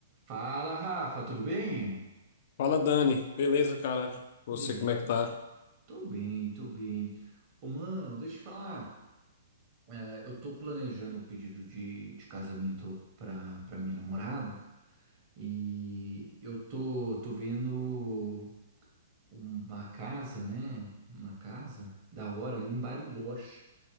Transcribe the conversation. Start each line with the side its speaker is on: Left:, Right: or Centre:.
Right: Fala, Rafa, tudo bem?
Left: Fala, Dani. Beleza, cara? Você,
Right: Ele,
Left: como é que tá?
Right: tô bem, tô bem. Ô, mano, deixa eu te falar. É, eu tô planejando o pedido de, de casamento pra, pra minha namorada e eu tô, tô vendo uma casa, né? Uma casa da hora ali em Bariloche,